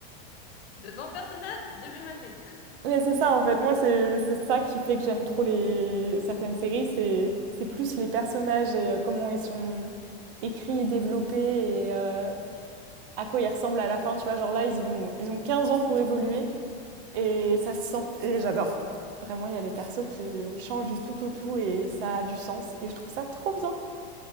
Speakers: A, on the left (about 80°); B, on the right (about 60°).
A: De bons personnages, je vais mater.
B: Mais c'est ça en fait, moi c'est c'est ça qui fait que j'aime trop les certaines séries, c'est c'est plus les personnages et euh, comment ils sont écrits et développés et euh, à quoi ils ressemblent à la fin, tu vois, genre là ils ont ils ont 15 ans pour évoluer et ça se sent et j'adore. Vraiment, il y a des persos qui changent du tout au tout et ça a du sens et je trouve ça trop bien.